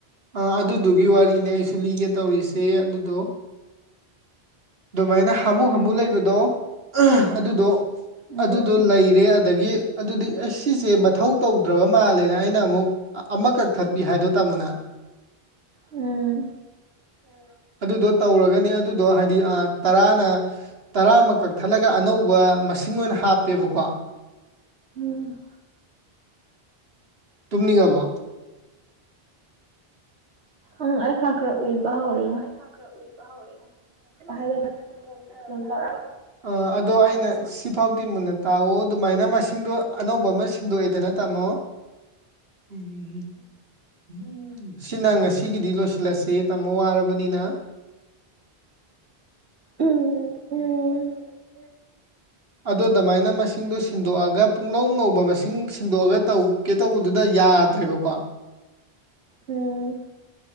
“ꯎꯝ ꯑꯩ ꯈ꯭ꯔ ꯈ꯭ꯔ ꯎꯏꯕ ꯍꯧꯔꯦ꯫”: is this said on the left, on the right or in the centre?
Right